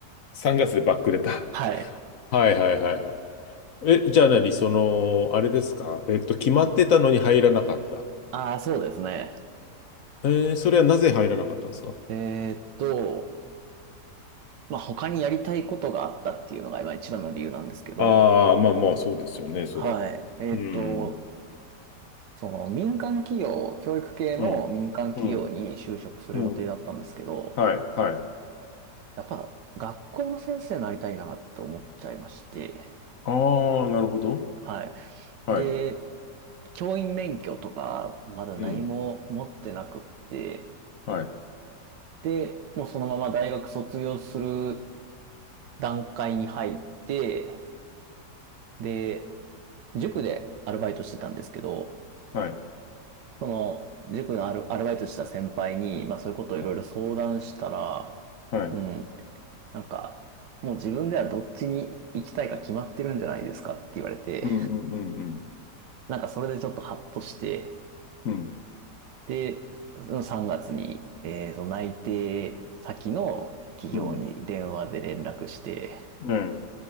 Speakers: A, on the left; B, on the right.
A: 3月でバックレた。
B: はい。
A: はいはいはいはい。え、じゃあ何その、あれですかえっと、決まってたのに入らなかった。
B: ああ、そうですね。
A: えーそれはなぜ入らなかったんですか
B: えーっと、まあ、他にやりたいことがあったっていうのが今一番の理由なんですけど、
A: ああー、まあまあ、そうですよね、そりゃ。
B: はい。えーっと、
A: うん。
B: その民間企業、教育系の民間企業に就職する予定だったんですけど、
A: うん、うん、うん。はい、はい。
B: やっぱ学校の先生になりたいなって思っちゃいまして、
A: ああ、なるほど。
B: はい。
A: はい。
B: で、教員免許とか、まだ何も持ってなくって、
A: うん。はい、
B: で、もうそのまま大学卒業する段階に入って、で、塾でアルバイトしてたんですけど、
A: はい、
B: その、塾のアル、アルバイトした先輩に、まあそういうことをいろいろ相談したら、
A: はい。はい。
B: うん、なんか、もう自分ではどっちに行きたいか決まってるんじゃないですかって言われて、
A: うん、うん、うん、うん。
B: なんかそれでちょっとハッとして、
A: うん
B: で、その3月に、えーその内定先の企業に電話で連絡して、
A: うん。ね